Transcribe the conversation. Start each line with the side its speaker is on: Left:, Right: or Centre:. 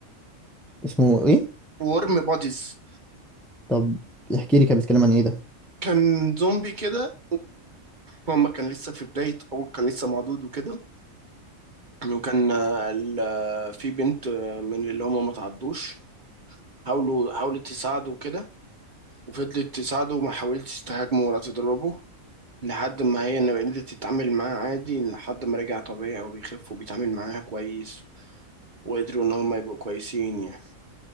Centre: اسمه ايه
Right: ورم بوديز
Centre: طب احكي لي كان بيتكلم عن ايه ده
Right: كان زومبي كده وهما كان لسه في بداية أول كان لسه معدود وكده وكان آه، ال- آه، في بنت آه، من اللي هما ما تعدوش حاولوا حاولت تساعده وكده وفضلت تساعده وما حاولتش تهاجمه ولا تضربه لحد ما هي إن قدرت تتعامل معاه عادي لحد ما رجع طبيعي وبيخف وبيتعامل معاها كويس وقدروا إن هما يبقوا كويسين يعني